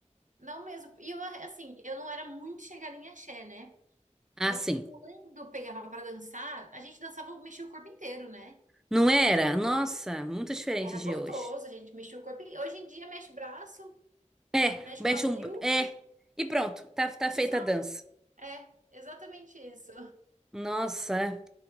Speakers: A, on the right; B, in the centre.
A: Não mesmo. E eu, assim, eu não era muito chegada em axé, né?
B: Assim,
A: Mas quando eu pegava pra dançar, a gente dançava, mexia o corpo inteiro, né?
B: não era? Nossa, muito diferente
A: Era
B: de
A: gostoso,
B: hoje.
A: a gente mexia o corpo. Hoje em dia mexe braço,
B: É,
A: mexe
B: mexe
A: quadril
B: um, é, e pronto, tá, tá feita
A: e só.
B: a dança.
A: É, exatamente isso.
B: Nossa. é.